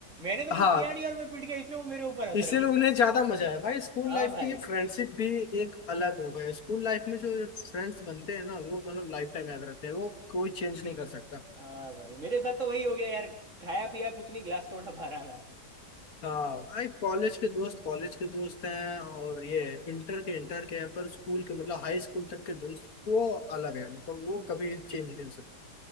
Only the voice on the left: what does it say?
हाँ
इसीलिए
उन्हें ज्यादा मजा आया भाई स्कूल
लाइफ
की ये फ्रेंडशिप भी एक अलग हो गई स्कूल लाइफ में जो फ्रेंड्स बनते हैं ना वो मतलब लाइफ टाइम याद रहते हैं वो कोई चेंज नहीं कर सकता
हाँ भाई कॉलेज के दोस्त कॉलेज के दोस्त हैं और ये इंटर के इंटर के हैं पर स्कूल के मतलब हाई स्कूल तक के दोस्त वो अलग है मतलब वो कभी चेंज नहीं हो सकते